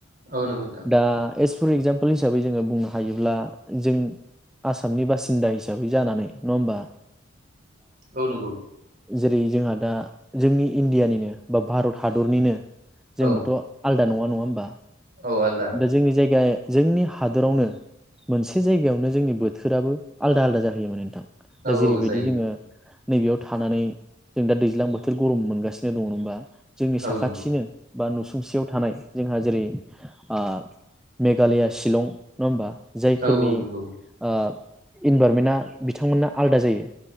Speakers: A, on the right; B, in the centre.
A: औ नंगौ नोंथां
B: दा एस फर एक्जामपोल हिसाबै जोङो बुं हायोब्ला जों आसामनि बासिन्दा हिसाबै जानानै नङा होमबा
A: औ नंगौ।
B: जेरै जोंहा दा जोंनि इण्डियानिनो बा भारत हादरनिनो जोंबोथ'
A: औ
B: आलद दा नङा नङा होनबा
A: औ आलदा
B: दा जोंनि जायगा जोंनि हादरावनो मोनसे जायगायावनो जोंनि बोथोराबो आलदा आलदा जाहैय माने नोंथां
A: औ
B: दा जेरैबायदि
A: औ जायो
B: जोङो। नैबेयाव थानानै जों दा दैज्लां बोथोर गरम मोनगासिनो दङ नोमबा। जोंनि
A: औ
B: साखाथिनो।
A: नंगौ
B: बा नुसुंसेयाव थानाय जोंहा जेरै आ मेघालया शिलं नुवा होमबा जायफोरनि
A: औ औ नंगौ
B: ओ। इनभारमेनआ। बिथांमोनना आलदा जायो